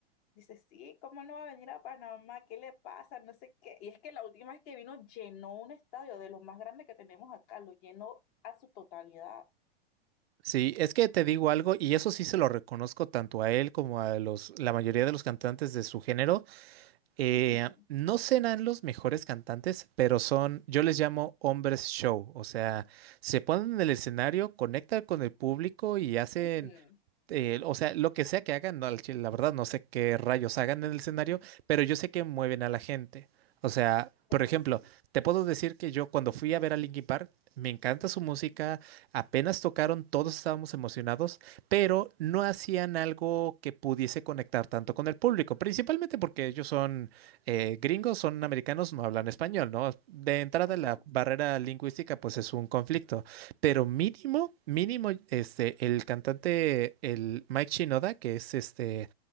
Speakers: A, on the left; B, on the right.
A: Dice, sí, ¿cómo no va a venir a Panamá? ¿Qué le pasa? No sé qué. Y es que la última vez que vino llenó un estadio de los más grandes que tenemos acá, lo llenó a su totalidad.
B: Sí, es que te digo algo, y eso sí se lo reconozco tanto a él como a los, la mayoría de los cantantes de su género. eh,
A: Ujú,
B: no serán los mejores cantantes, pero son, yo les llamo hombres show. O sea, se ponen en el escenario, conectan con el público y hacen
A: ujú.
B: eh, o sea, lo que sea que hagan, no, al chile, la verdad no sé qué rayos hagan en el escenario, pero yo sé que mueven a la gente. O sea, por
A: Eh,
B: ejemplo,
A: Sí,
B: te puedo decir que yo cuando fui a ver a Linkin Park, me encanta su música, apenas tocaron, todos estábamos emocionados, pero no hacían algo que pudiese conectar tanto con el público, principalmente porque ellos son eh, gringos, son americanos, no hablan español, ¿no? De entrada
A: exacto.
B: la barrera lingüística pues es un conflicto. Pero mínimo, mínimo, este, el cantante, el Mike Shinoda, que es este,